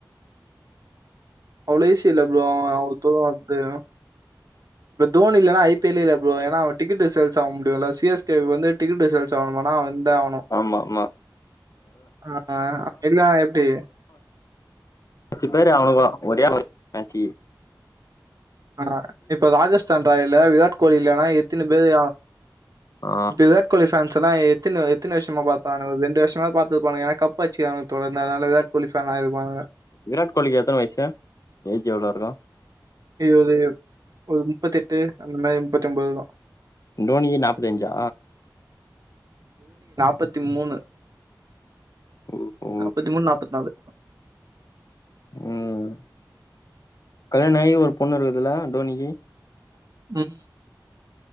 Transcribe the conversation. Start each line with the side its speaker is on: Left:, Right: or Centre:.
Right: அவ்ளோ ஈ சி இல்ல ப்ரோ அவ்ளோ தூர வர்து இப்ப தோனி இல்லனா ஐ பி எல்லே இல்ல ப்ரோ ஏனா அவ டிக்கெட் சேல்ஸ் ஆக முடிறதில்ல சி ஸ் கே கு வந்து டிக்கெட் சேல்ஸ் ஆகனுமானா அவ இந்தே ஆவனு
Left: மா மா
Right: ஆ அப்டி னா எப்டி
Left: பத்து பேர் அவுனுக ஒரே ஒரு மேச்சு
Right: ஆ இப்ப ராஜஸ்தான் ராயல்ல விராட் கோலி இல்லேனா எத்தினி பேரு
Left: ஆ
Right: ப்ப விராட் கோலி ஃபேன்செலா எ எத்தன எத்தன வருஷமா பாக்றாங்க ஒரு ரெண்டு வருஷமா பாத்துருப்பானுக ஏன்னா கப்பு அடிச்சுக்காங்க தோழர் அதுனால வீராட் கோலி ஃபேன் ஆய்ருப்பாங்க
Left: வீராட கோலிக்கு எத்தன வயசு ஏஜ் எவ்ளோ இருக்கு
Right: இது ஒரு முப்பத்தி எட்டு அந்த மாரி முப்பத்தி ஒன்பது இருக்கு
Left: டோனிகு நாற்பத்தஞ்சா
Right: நாப்பத்தி மூணு
Left: ஓஹோ
Right: நாப்பத்தி மூணு நாப்பத்தி நாலு
Left: ம் கல்யாணம் ஆகி ஒரு பொண்ணு இருக்குதுல்ல டோனிக்கு
Right: ம்